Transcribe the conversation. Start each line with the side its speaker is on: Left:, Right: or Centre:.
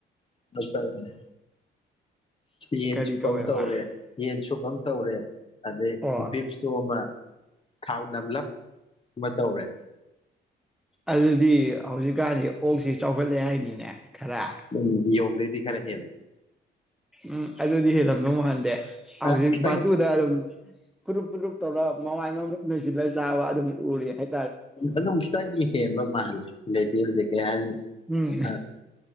Left: ꯗꯣꯉꯇꯔꯅꯦ ꯌꯦꯟ
Centre: ꯀꯔꯤ
Left: ꯁꯨꯕ
Centre: ꯀꯧꯋꯦꯕ
Left: ꯑꯝ ꯇꯧꯔꯦ ꯌꯦꯟ ꯁꯨꯕ ꯑꯝ ꯇꯧꯔꯦ ꯑꯗꯩ
Centre: ꯑꯣ
Left: ꯕꯤꯞꯇꯣ ꯑꯃ ꯊꯥꯎ ꯅꯝꯂꯞ ꯑꯃ ꯇꯧꯔꯦ
Centre: ꯑꯗꯨꯗꯤ ꯍꯧꯖꯤꯛꯀꯥꯟꯗꯤ ꯑꯣꯛꯁꯤ ꯆꯥꯎꯈꯠꯂꯦ ꯍꯥꯏꯅꯤꯅꯦ ꯈꯔ
Left: ꯎꯝ ꯌꯣꯒꯗꯩꯗꯤ ꯈꯔ ꯍꯦꯜꯂꯦ
Centre: ꯎꯝ ꯑꯗꯨꯗꯤ ꯍꯦꯜꯂꯝꯗꯧ ꯃꯥꯟꯗꯦ ꯍꯧꯖꯤꯛ
Left: ꯑ ꯈꯤꯇꯪ
Centre: ꯕꯥꯁꯨꯗ ꯑꯗꯨꯝ ꯐꯨꯔꯨꯞ ꯐꯨꯔꯨꯞ ꯇꯧꯔꯒ ꯃꯃꯥꯏ ꯃꯃꯤꯠꯗ ꯅꯣꯏꯁꯤꯜꯂꯒ ꯆꯥꯕ ꯑꯗꯨꯝꯗꯤ ꯎꯔꯦ ꯑꯩ
Left: ꯑꯅꯧꯕꯒꯗꯤ ꯍꯦꯟꯕ ꯃꯥꯟꯂꯤ ꯂꯩꯇꯦꯕꯨ ꯂꯩꯇꯦ ꯍꯥꯢꯔꯅꯤ
Centre: ꯎꯝ
Left: ꯑ